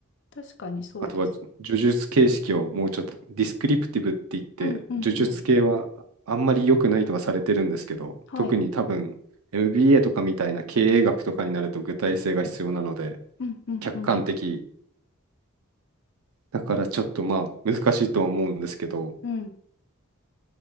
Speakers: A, on the left; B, on the right.
A: 確かにそうです。
B: あとは叙述形式をもうちょっと、ディスクリプティブって言って、
A: うん、うん、
B: 叙述系はあんまり良くないとはされてるんですけど、
A: うん。はい。
B: 特に多分 MBA とかみたいな経営学とかになると具体性が必要なので、
A: うん、うん、
B: 客観的。
A: うん。
B: だからちょっとまあ難しいとは思うんですけど、
A: うん。